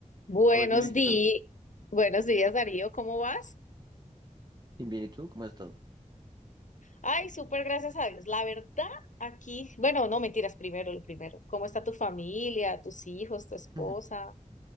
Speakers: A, on the left; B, on the right.
A: Buenos
B: Hola Julie,
A: días,
B: ¿qué tal?
A: buenos días Darío, ¿cómo vas?
B: Bien, bien, ¿y tú? ¿Cómo has estado?
A: Ay, súper gracias a Dios. La verdad, aquí, bueno, no mentiras, primero lo primero. ¿Cómo está tu familia, tus hijos, tu esposa?
B: <laughs>